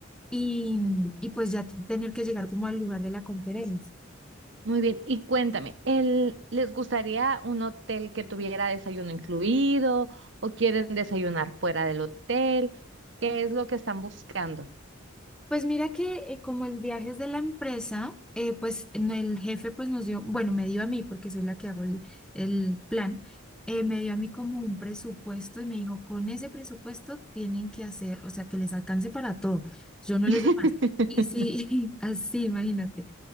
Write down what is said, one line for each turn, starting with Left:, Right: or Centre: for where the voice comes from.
Centre: y, y pues ya tener que llegar como al lugar de la conferencia.
Right: Muy bien, y cuéntame, ¿el- ¿les gustaría un hotel que tuviera desayuno incluido o quieren desayunar fuera del hotel? ¿Qué es lo que están buscando?
Centre: Pues mira que eh, como el viaje es de la empresa, eh, pues en el jefe pues nos dio, bueno, me dio a mí, porque soy la que hago el, el plan, eh, me dio a mí como un presupuesto y me dijo, con ese presupuesto tienen que hacer, o sea, que les alcance para todo. Yo no
Right: <laughs>
Centre: les doy más. Y sí, <laughs> así, imagínate.